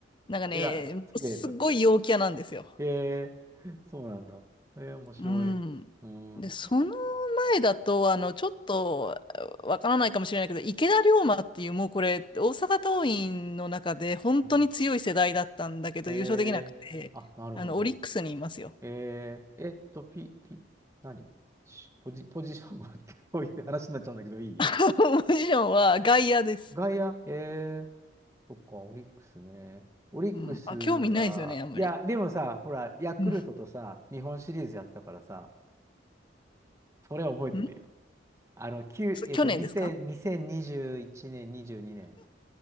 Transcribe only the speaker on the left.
なんかね、
すっごい陽キャなんですよ。
うん。
で、その代だと、あの、ちょっとわからないかもしれないけど、池田龍馬っていう、もうこれ、大阪桐蔭の中で本当に強い世代だったんだけど、
優勝できなくて、
あの、オリックスにいますよ。
<laughs> ポジションは外野です。
うん。あ、興味ないですよね、あんまり。
うん。
ん
そ去年ですか